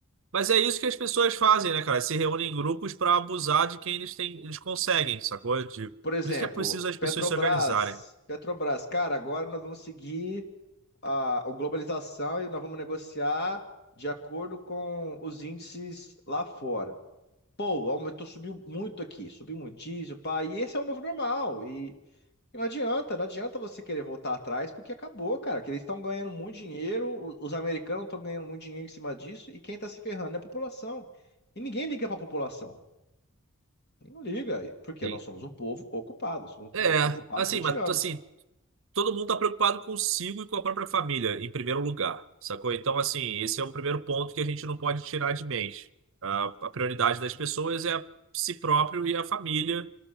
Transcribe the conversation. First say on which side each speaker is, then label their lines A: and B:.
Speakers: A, on the right (about 65°); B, on the left (about 50°).
A: Mas é isso que as pessoas fazem, né, cara? Se reúnem em grupos para abusar de quem eles têm, eles conseguem, sacou? De...
B: Por exemplo,
A: Por isso que é preciso as
B: Petrobras.
A: pessoas se organizarem.
B: Petrobras, cara, agora nós vamos seguir a, a globalização e nós vamos negociar de acordo com os índices lá fora. Pô, aumentou, subiu muito aqui, subiu muito diesel, pá, e esse é o novo normal. E Não adianta, não adianta você querer voltar atrás, porque acabou, cara, que eles estão ganhando muito dinheiro, o- os americanos estão ganhando muito dinheiro em cima disso, e quem está se ferrando é a população. E ninguém liga para a população. Ninguém liga, porque
A: Sim.
B: nós somos um povo ocupado, somos um povo
A: É,
B: ocupado
A: assim,
B: por tiranos.
A: mas assim, todo mundo está preocupado consigo e com a própria família, em primeiro lugar, sacou? Então, assim, esse é o primeiro ponto que a gente não pode tirar de mente. A, a prioridade das pessoas é si próprio e a família,